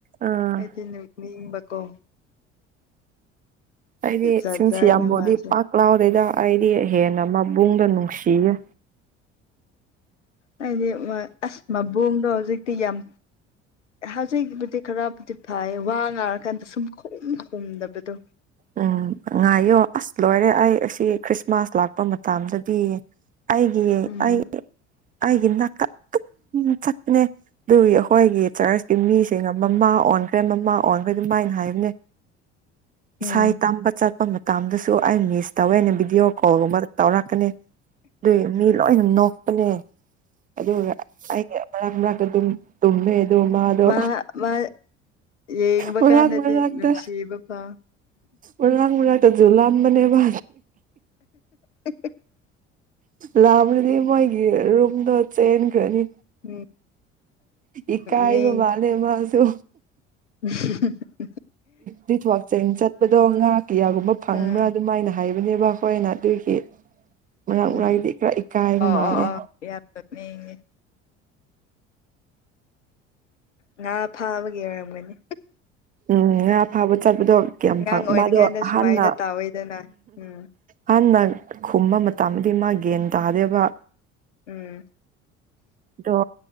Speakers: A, on the right (about 25°); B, on the left (about 80°).
A: ꯑꯥ
B: ꯑꯩꯗꯤ ꯅꯨ ꯃꯤꯕꯀꯣ
A: ꯍꯥꯏꯗꯤ
B: ꯖꯥꯠ
A: ꯁꯤꯟꯁꯤ
B: ꯖꯥꯠꯅꯦ
A: ꯌꯥꯝꯕꯗꯤ
B: ꯃꯥꯁꯦ
A: ꯄꯥꯛꯂꯥꯎꯑꯣꯗꯩꯗ ꯑꯩꯗꯤ ꯍꯦꯟꯅ ꯃꯕꯨꯡꯗ ꯅꯨꯡꯁꯤꯌꯨ
B: ꯍꯥꯏꯗꯤ ꯑꯁ ꯃꯕꯨꯡꯗꯣ ꯍꯧꯖꯤꯛꯇꯤ ꯌꯥꯝ ꯍꯧꯖꯤꯛꯕꯨꯗꯤ ꯈꯔꯕꯨꯗꯤ ꯐꯥꯏ ꯋꯥ ꯉꯥꯔꯀꯥꯟꯗ ꯁꯨꯝ ꯈꯣ ꯈꯣꯣꯡꯗꯕꯗꯣ
A: ꯎꯝ ꯉꯥꯏꯌꯣ ꯑꯁ ꯂꯣꯏꯔꯦ ꯑꯩ ꯑꯁꯤ ꯈ꯭ꯔꯤꯁꯃꯥꯁ ꯂꯥꯛꯄ ꯃꯇꯝꯗꯗꯤ ꯑꯩꯒꯤꯦ
B: ꯎꯝ
A: ꯑꯩ ꯑꯩꯒꯤ ꯅꯥꯀꯛ ꯑꯗꯨꯝ ꯆꯠꯄꯅꯦ ꯑꯗꯨꯒꯤ ꯑꯩꯈꯣꯏꯒꯤ ꯆꯔꯆꯀꯤ ꯃꯤꯁꯤꯡ ꯃꯃꯥ ꯑꯣꯟꯈ꯭ꯔꯦ ꯃꯃꯥ ꯑꯣꯟꯈ꯭ꯔꯦ ꯑꯗꯨꯃꯥꯏꯅ ꯍꯥꯏꯕꯅꯦ ꯏꯁꯥ
B: ꯎꯝ
A: ꯇꯝꯕ ꯆꯠꯄ ꯃꯇꯝ ꯇꯥꯝꯗꯁꯨ ꯑꯩ ꯃꯤꯁ ꯇꯧꯋꯦ ꯑꯩꯅ ꯚꯤꯗꯤꯑꯣ ꯀꯣꯜꯒꯨꯝꯕ ꯇꯧꯔꯛꯀꯅꯤ ꯑꯗꯨꯏ ꯃꯤ ꯂꯣꯏꯅ ꯅꯣꯛꯄꯅꯦ ꯑꯗꯨꯒ ꯑꯩꯒꯤ ꯃꯔꯛ ꯃꯔ ꯇꯨꯝꯃꯦ ꯑꯗꯣ ꯃꯥꯗꯣ
B: ꯃꯥ ꯃꯥ ꯌꯦꯡꯕ
A: ꯃꯔꯔꯥꯛ
B: ꯀꯥꯟꯗꯗꯤ
A: ꯃꯔꯔꯥꯛꯇ
B: ꯅꯨꯡꯁꯤꯕ ꯐꯥꯎ
A: ꯎꯔꯥꯡ ꯃꯔꯇ ꯖꯨꯂꯂꯝ ꯃꯅꯦꯕ
B: <inaudible>
A: ꯂꯗꯤ ꯃꯣꯏꯔꯨꯝꯗꯣ ꯆ ꯈꯅꯤ
B: ꯎꯝ
A: ꯏꯀꯥꯏꯕ
B: ꯃꯤ
A: ꯃꯥꯜꯂꯦ ꯃꯥꯁꯨ
B: ꯎꯝ <unintelligible>
A: ꯊꯋꯥꯛ ꯆꯦꯡ ꯆꯠꯄꯗꯣ ꯉꯥ ꯀꯌꯥꯒꯨꯝꯕ ꯐꯪꯕ꯭ꯔꯥ
B: ꯎꯝ
A: ꯑꯗꯨꯃꯥꯏꯅ ꯍꯥꯏꯕꯅꯦꯕ ꯑꯩꯈꯣꯏꯅ ꯑꯗꯨꯒꯤ ꯃꯅꯥꯛ
B: ꯎꯝ
A: ꯃꯔꯥꯡꯒꯤꯗꯤ ꯈꯔ ꯏꯀꯥꯏꯕ
B: ꯑꯣ
A: ꯃꯥꯜꯂꯦ
B: ꯑꯣ ꯑꯣ ꯌꯥꯝ ꯅꯣꯛꯅꯤꯡꯉꯦ ꯉꯥ ꯐꯥꯕꯒꯤ ꯑꯣꯏꯔꯝꯒꯅꯤ
A: ꯎꯝ ꯉꯥ ꯐꯥꯕ ꯆꯠꯄꯗꯣ ꯀꯌꯥꯝꯪ
B: ꯑꯉꯥꯡ ꯑꯣꯏꯔꯤꯉꯩꯗ
A: ꯃꯥꯗꯣ ꯑꯍꯅ
B: ꯁꯨꯃꯥꯏꯅ ꯇꯥꯎꯋꯤꯗꯅ ꯎꯝ
A: ꯍꯅ ꯈꯨꯝꯕ ꯃꯇꯝꯗꯗꯤ ꯃꯥ ꯒꯟ ꯇꯥꯗꯦꯕ
B: ꯎꯝ
A: ꯑꯗꯣ